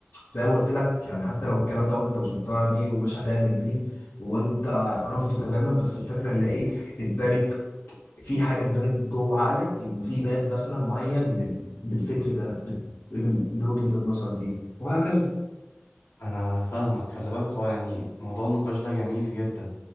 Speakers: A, on the left (about 65°); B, on the left (about 80°).
A: زي ما قلت لك يعني حتى لو الكلام دوت انت مش مقتنع بيه ومش هتعمل بيه وانت رافضه تماما بس الفكرة اللي ايه اتبنت في حاجه اتبنت جوه عقلك ان في باب مثلا معين لل- للفكر ده لل- لل- لوجهه النظر دي وهكذا
B: انا فاهمك خلي بالك هو يعني موضوع النقاش ده جميل جدا